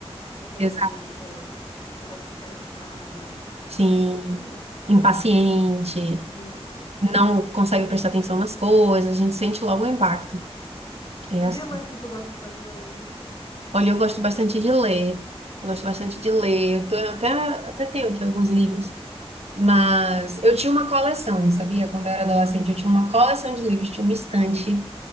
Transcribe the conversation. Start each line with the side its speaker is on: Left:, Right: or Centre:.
Left: Tu tem,
Right: exato.
Left: eh, tu começa a ficar inchada,
Right: Sim,
Left: tem tudo isso.
Right: impaciente,
Left: Isso.
Right: não consegue prestar atenção nas coisas, a gente sente logo o impacto. É
Left: E
Right: assim.
Left: o que mais que tu gosta de fazer além disso?
Right: Olha, eu gosto bastante de ler, gosto bastante de ler. Eu tô- eu até, até tenho aqui alguns livros, mas eu tinha uma coleção, sabia? Quando eu era adolescente, eu tinha uma coleção de livros, tinha uma estante.